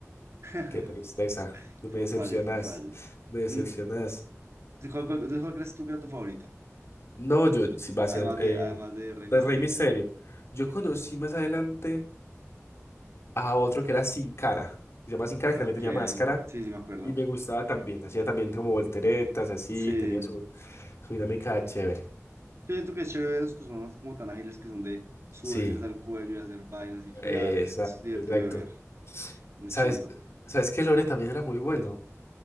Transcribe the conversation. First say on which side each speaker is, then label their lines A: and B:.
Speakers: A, on the right; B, on the left.
A: <laughs>
B: qué tristeza. No
A: Fue
B: me decepcionas.
A: un fallo, fue un fallo.
B: no Me decepcionas.
A: Mm, ¿de cuál- cuál- Entonces, ¿cuál crees tú que era tu favorito?
B: No, yo sí va a
A: Además
B: ser eh,
A: de, además de Rey
B: de
A: Misterio.
B: Rey Misterio. Yo conocí más adelante. a otro que era Sin Cara, que se llama Sin Cara, que
A: Ok,
B: también tenía máscara
A: sí, sí me acuerdo.
B: y me gustaba también, hacía también como volteretas, así,
A: Sí.
B: tenía su, su dinámica chévere.
A: Yo siento que es chévere ver esos que son así como tan ágiles que son de subirse
B: Sí.
A: al cuello y hacer vainas y girar.
B: Exacto,
A: es- Eso es divertido
B: exacto.
A: de ver. Muy
B: ¿Sabes?
A: chimba.
B: ¿Sabes que Lore también era muy bueno?